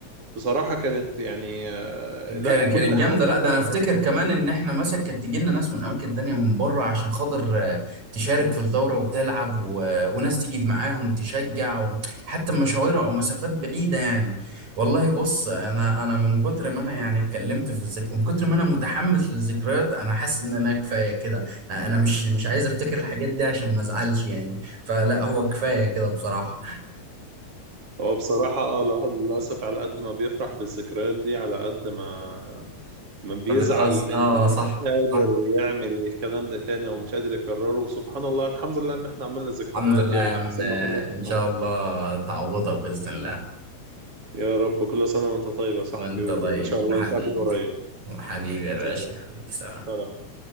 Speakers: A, on the right; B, on the right.
A: بصراحة كانت يعني آه،
B: كانت
A: لا كل
B: كانت
A: حاجة
B: جامده لا
A: فعلا
B: ده انا افتكر كمان ان احنا مثلا كانت تيجي لنا ناس من اماكن تانية من بره عشان خاطر آه، تشارك في الدوره وتلعب و... وناس تيجي معاهم تشجع و... حتى مشاوير او مسافات بعيده يعني والله بص انا انا من كتر ما انا يعني اتكلمت في الذك... من كتر ما انا متحمس للذكريات انا حاسس ان انا كفايه كده آه، انا مش مش عايز افتكر الحاجات دي عشان ما ازعلش يعني فلا هو كفايه كده بصراحه
A: هو بصراحة آه، الواحد للأسف على قد ما بيفرح بالذكريات دي على قد ما ما
B: <laughs>
A: بيزعل
B: بتقص
A: إنه
B: اه صح
A: مش قادر
B: صح
A: يعمل الكلام ده تاني أو مش قادر يكرره وسبحان الله الحمد لله إن إحنا عملنا ذكريات
B: الحمد لله
A: يعني
B: يا عم
A: أحسن
B: آه،
A: ما كنا عملنا
B: ان شاء الله تعوضها باذن الله
A: يا رب كل سنة وأنت طيب يا صاحبي
B: وانت
A: وإن
B: طيب
A: شاء الله
B: وحبيبي
A: نتقابل قريب
B: حبيبي يا باشا
A: سلام
B: حبيبي سلام
A: سلام